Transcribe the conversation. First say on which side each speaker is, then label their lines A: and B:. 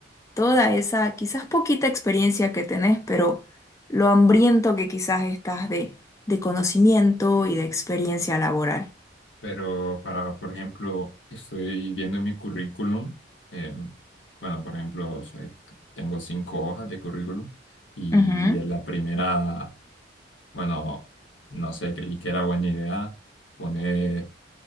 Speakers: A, on the left (about 15°); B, on the left (about 85°).
A: toda esa quizás poquita experiencia que tenés, pero lo hambriento que quizás estás de, de conocimiento y de experiencia laboral.
B: Pero para, por ejemplo, estoy viendo en mi currículum, em, bueno, por ejemplo, soy- tengo cinco hojas de currículum y
A: Ujú,
B: en la primera, bueno, no sé, creí que era buena idea poner,